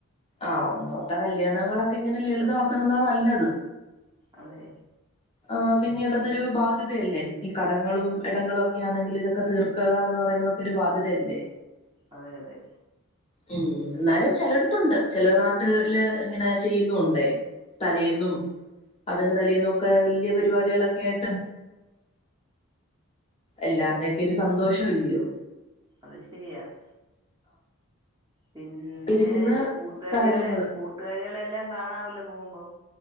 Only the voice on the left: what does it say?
ആഹ് ഒന്നോർത്താൽ കല്യാണങ്ങളൊക്കെ ഇങ്ങനെ ലളിതമാക്കുന്നതാ നല്ലത്.
ആ പിന്നീടതൊരു ബാധ്യതയല്ലേ. ഈ കടങ്ങളും ഇടങ്ങളും ഒക്കെ ആണെങ്കിൽ ഇതൊക്കെ തീർക്ക ക്കുക എന്ന് പറയുന്നതൊക്കെ ഒരു ബാധ്യതയല്ലേ.
ഉം എന്നാലും ചിലടുത്തുണ്ട്. ചെല നാട്ടുകളില് ഇങ്ങനെ ചെയ്യുന്നുണ്ട് തലേന്നും അതിന്റെ തലേന്നൊക്കെ വലിയ പരിപാടികളൊക്കെ ആയിട്ട്. എല്ലാരുടെ ഒക്കെ ഒരു സന്തോഷം എല്ലയോ
ഇരിക്കുന്ന
കാര്യങ്ങള്